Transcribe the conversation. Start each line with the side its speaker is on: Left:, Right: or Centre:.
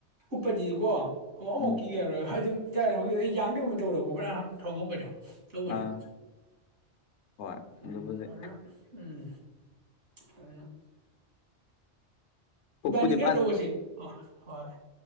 Right: ꯎꯄꯗꯤ ꯀꯣ ꯑꯣ ꯑꯃꯨꯛ
Left: ꯎꯝ
Right: ꯀꯤꯔꯔꯣꯏ ꯑꯗꯨꯝ ꯇ ꯍꯧꯖꯤꯛ ꯑꯩ ꯌꯥꯡꯗꯕ ꯊꯧꯗꯣꯛꯇꯧꯕ꯭ꯔ ꯊꯧꯗꯣꯛꯄꯩꯗꯣ ꯇꯧꯕꯩꯅꯦ
Left: ꯑꯥ ꯍꯣꯏ
Right: ꯎꯝ
Left: ꯑꯗꯨꯕꯨꯗꯤ
Right: ꯑꯗꯨꯅ ꯎꯝ ꯀ <inaudible>
Left: ꯄꯨꯛꯄꯨꯗꯤ
Right: ꯏꯕꯥꯅꯤ ꯒꯥꯔꯤ ꯇꯧꯕꯁꯤ ꯑ ꯍꯣꯏ